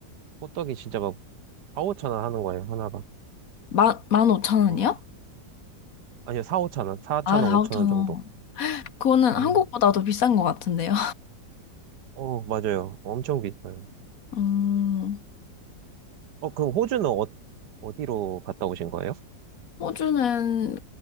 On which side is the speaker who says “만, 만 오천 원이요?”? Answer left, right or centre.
Left